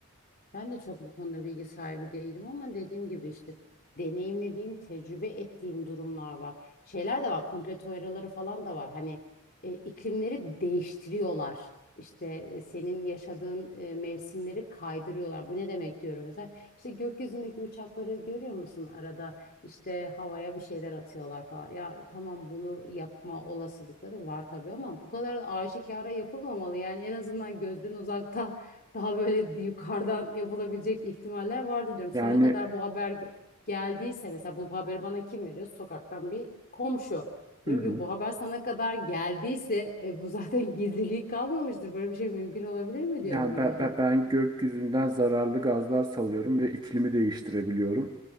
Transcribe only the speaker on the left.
Ben de çok bu konuda bilgi sahibi değilim ama dediğim gibi işte deneyimlediğim, tecrübe ettiğim durumlar var. Şeyler de var, komplo teorileri falan da var. Hani e, iklimleri değiştiriyorlar. İşte e, senin yaşadığın e, mevsimleri kaydırıyorlar. Bu ne demek diyorum mesela. İşte gökyüzündeki uçakları görüyor musun arada? İşte havaya bir şeyler atıyorlar falan. Ya tamam bunu yapma olasılıkları var tabii ama bu kadar aşikara yapılmamalı. Yani en azından gözden uzakta daha böyle yukarıdan yapılabilecek ihtimaller vardır diyorum.
Sana kadar bu haber ge- geldiyse mesela bu haberi bana kim veriyor? Sokaktan bir komşu.
Diyorum
ki bu haber sana kadar geldiyse e, bu zaten <laughs> gizliliği kalmamıştır. Böyle bir şey mümkün olabilir mi
diyorum yani.